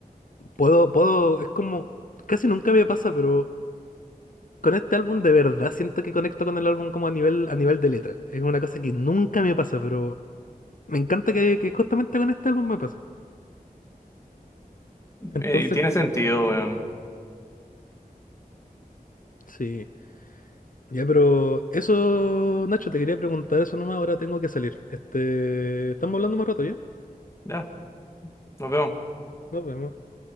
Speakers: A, on the left; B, on the left.
A: puedo, puedo, es como casi nunca me pasa, pero con este álbum de verdad siento que conecto con el álbum como a nivel, a nivel de letra. Es una cosa que nunca me pasa, pero me encanta que, que justamente con este álbum me pase. Entonces,
B: Eh, y tiene sentido, weón.
A: sí. Ya, pero eso, Nacho, te quería preguntar eso nomás, ahora tengo que salir. Este, estamos hablando más rato, ¿ya?
B: Ya, nos vemos.
A: Nos vemos.